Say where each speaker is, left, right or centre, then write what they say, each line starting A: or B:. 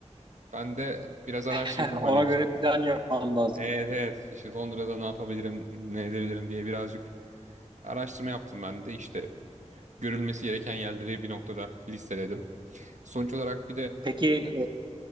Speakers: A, on the right; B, on the right.
A: Ben de biraz araştırdım
B: <laughs> Ona
A: hani.
B: göre plan yapmam lazım.
A: Evet evet işte Londra'da ne yapabilirim, ne edebilirim diye birazcık araştırma yaptım ben de. İşte görülmesi gereken yerleri bir noktada listeledim. Sonuç olarak bir de
B: Peki
A: hani,